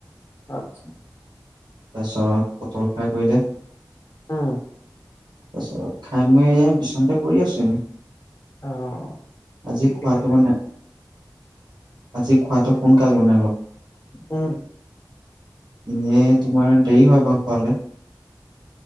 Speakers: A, on the left; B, on the right.
A: আত্ছা।
B: তাৰ পিছত পটল ফ্ৰাই কৰিলে।
A: অ'।
B: তাৰপিছত খাই মই এয়া বিচনাতে পৰি আছো।
A: অ'।
B: আজি
A: <unintelligible>
B: খোৱাটো মানে আজি খোৱাটো সোনকাল মানে
A: উম।
B: এনেই তোমাৰ দেৰি হয় বাৰু খোৱালে।